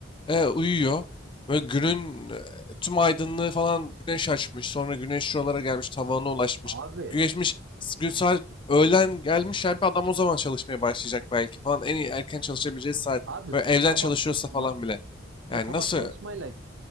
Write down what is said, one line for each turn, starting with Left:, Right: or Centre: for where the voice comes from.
Left: E, uyuyor. Böyle günün e, tüm aydınlığı falan güneş açmış. Sonra güneş şuralara gelmiş, tavana ulaşmış.
Right: Abi,
Left: Güneşmiş, gün saat öğlen gelmiş. Yani bir adam o zaman çalışmaya başlayacak belki falan. En iyi erken çalışabileceği saat.
Right: abi
Left: Böyle evden
Right: sabah
Left: çalışıyorsa falan
Right: bak
Left: bile. Yani
Right: Ya sabah
Left: nasıl?
Right: çalışmayla